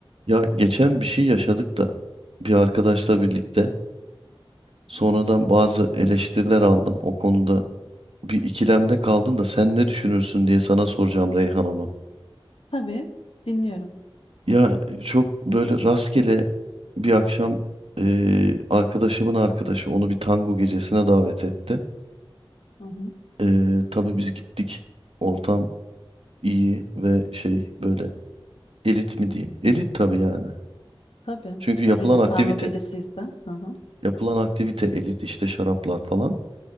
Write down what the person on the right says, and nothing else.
Ya geçen bir şey yaşadık da bir arkadaşla birlikte sonradan bazı eleştiriler aldım. O konuda bir ikilemde kaldım da sen ne düşünürsün diye sana soracağım Reyhan onu.
Ya çok böyle rastgele bir akşam eee, arkadaşımın arkadaşı onu bir tango gecesine davet etti.
Eee tabii biz gittik. Ortam iyi ve şey böyle elit mi diyeyim? Elit tabii yani.
Çünkü yapılan
aktivite,
yapılan aktivite elit işte şaraplar falan.